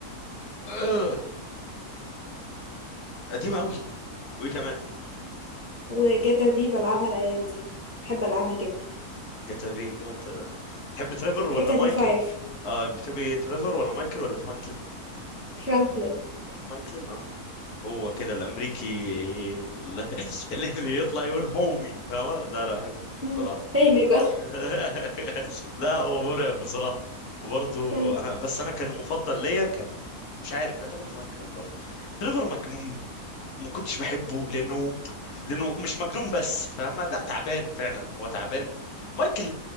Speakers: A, on the left; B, on the right.
A: آه، قديمه قوي وايه كمان
B: وجاتا في بلعبها الأيام دي بحب ألعبها جدا
A: جاتا في جراند آه. تحب تريفر
B: جاتا
A: ولا مايكل
B: في 5
A: اه بتحب تريفر ولا مايكل ولا فرانكلين
B: فرانكلين
A: فرانكلين اه هو كده الامريكي ال- <laughs> اللي اللي يطلع يقول هومي فاهمة لا لا احب
B: مم.
A: بصراحة
B: هي نجا
A: <laughs> لا هو مرعب بصراحة وبرضه
B: مم.
A: انا بس انا كان المفضل ليا كان مش عارف يعتبر فرانكلين برضه تريفر مجنون ما كنتش بحبه لانه لانه مش مجنون بس فاهمة لا تعبان فعلا هو تعبان مايكل